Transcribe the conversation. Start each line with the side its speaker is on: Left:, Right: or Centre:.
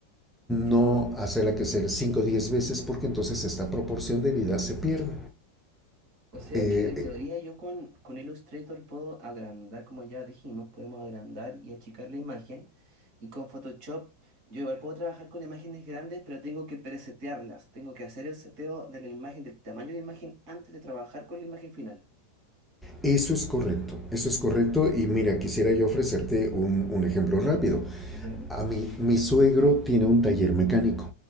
Right: ¿Ya?
Centre: No hacerla crecer 5 o 10 veces porque entonces esta proporción de vida se pierde.
Right: O sea
Centre: Eh,
Right: que en teoría yo con, con Illustrator puedo agrandar, como ya dijimos, podemos agrandar y achicar la imagen. Y con Photoshop yo igual puedo trabajar con imágenes grandes, pero tengo que presetearlas. Tengo que hacer el seteo de la imagen, del tamaño de imagen, antes de trabajar con la imagen final.
Centre: eso es correcto, eso es correcto y mira, quisiera yo ofrecerte un, un ejemplo rápido.
Right: Ya,
Centre: A mí, mi suegro tiene un taller mecánico.